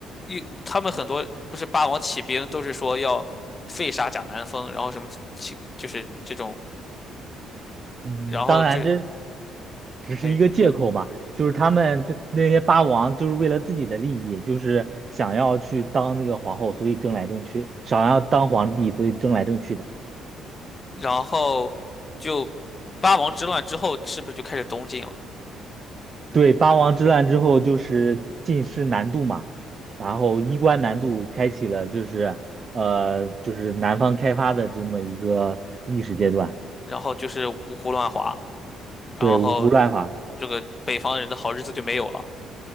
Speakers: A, on the left; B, on the right.
A: 一他们很多不是八王起兵都是说要废杀贾南风，然后什么起就是这种，
B: 嗯，
A: 然后就是
B: 当然这只是一个借口嘛，
A: 哎，
B: 就是他们这那些八王就是为了自己的利益，就是想要去当那个皇后，所以争来争去，想要当皇帝，所以争来争去的。
A: 然后就八王之乱之后是不是就开始东晋了？
B: 对，八王之乱之后就是进士南渡嘛，然后衣冠南渡开启了就是呃就是南方开发的这么一个历史阶段。
A: 然后就是五胡乱华，然后
B: 对，五胡乱华。
A: 这个北方人的好日子就没有了。